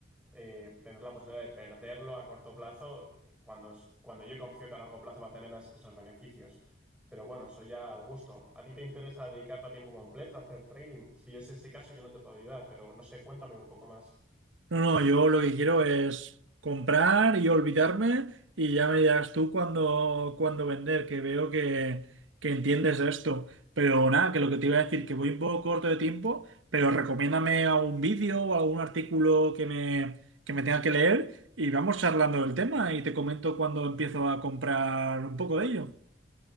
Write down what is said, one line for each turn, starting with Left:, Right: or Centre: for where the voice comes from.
Centre: eh, tener la posibilidad de perderlo a corto plazo cuando, cuando yo confío que a largo plazo va a tener esos beneficios. Pero bueno, eso ya al gusto. ¿A ti te interesa dedicarte a tiempo completo, a hacer trading? Si es ese caso, yo no te puedo ayudar, pero no sé, cuéntame un poco más.
Right: No, no, yo lo que quiero es comprar y olvidarme y ya me dirás tú cuándo cuándo vender, que veo que, que entiendes esto. Pero nada, que lo que te iba a decir, que voy un poco corto de tiempo, pero recomiéndame algún vídeo o algún artículo que me, que me tenga que leer y vamos charlando del tema y te comento cuando empiezo a comprar un poco de ello.